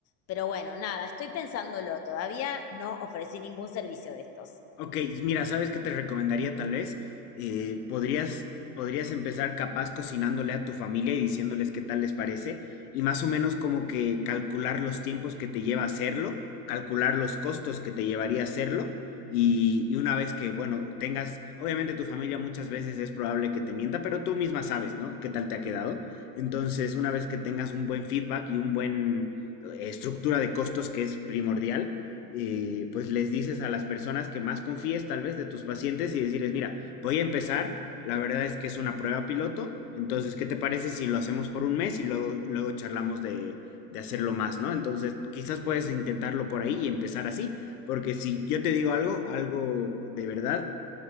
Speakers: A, on the left; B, on the left.
A: Pero bueno, nada, estoy pensándolo, todavía no ofrecí ningún servicio de estos.
B: Ok, mira, ¿sabes qué te recomendaría tal vez? Eh, podrías, podrías empezar capaz cocinándole a tu familia y diciéndoles qué tal les parece y más o menos como que calcular los tiempos que te lleva hacerlo, calcular los costos que te llevaría hacerlo y, y una vez que, bueno, tengas, obviamente tu familia muchas veces es probable que te mienta, pero tú misma sabes, ¿no? ¿Qué tal te ha quedado? Entonces, una vez que tengas un buen feedback y un buen eh, estructura de costos que es primordial eh, pues les dices a las personas que más confíes tal vez de tus pacientes y decirles, mira, voy a empezar, la verdad es que es una prueba piloto, entonces, ¿qué te parece si lo hacemos por un mes y luego, luego charlamos de, de hacerlo más, ¿no? Entonces, quizás puedes intentarlo por ahí y empezar así, porque si yo te digo algo, algo de verdad,